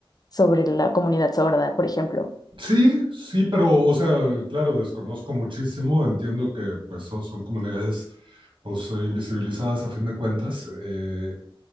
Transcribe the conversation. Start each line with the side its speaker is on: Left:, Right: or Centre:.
Left: sobre la comunidad sorda, por ejemplo.
Right: Sí, sí, pero, o sea, claro, desconozco muchísimo, entiendo que pues son, son comunidades pues eh, invisibilizadas a fin de cuentas. Eh,